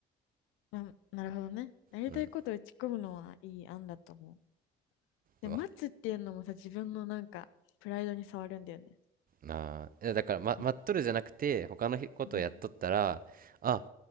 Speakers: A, on the left (about 80°); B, on the right (about 45°).
A: あ、な、なるほどね。やりたいことを打ち込むのはいい案だと思う。
B: うん
A: で、
B: うわ
A: 待つっていうのもさ、自分のなんか、プライドに触るんだよね。
B: あーいやだから、ま、
A: うん
B: 待っとるじゃなくて他のことをやっとったらあ
A: うん